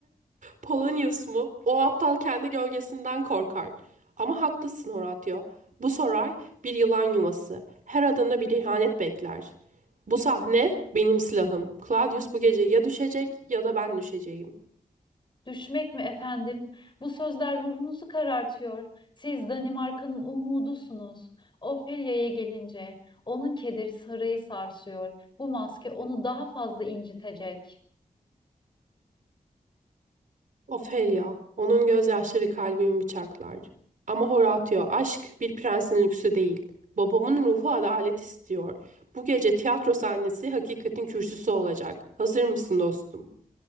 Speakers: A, on the right (about 65°); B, on the left (about 35°).
A: Polonius mu? O aptal kendi gölgesinden korkar. Ama haklısın Horatio. Bu saray bir yılan yuvası. Her adımda bir ihanet bekler. Bu sahne benim silahım. Claudius bu gece ya düşecek ya da ben düşeceğim.
B: Düşmek mi efendim? Bu sözler ruhunuzu karartıyor. Siz Danimarka'nın umudusunuz. Ophelia'ya gelince onun kederi sarayı sarsıyor. Bu maske onu daha fazla incitecek.
A: Ofelia, onun gözyaşları kalbimi bıçaklar. Ama Horatio, aşk bir prensin lüksü değil. Babamın ruhu adalet istiyor. Bu gece tiyatro sahnesi hakikatin kürsüsü olacak. Hazır mısın dostum?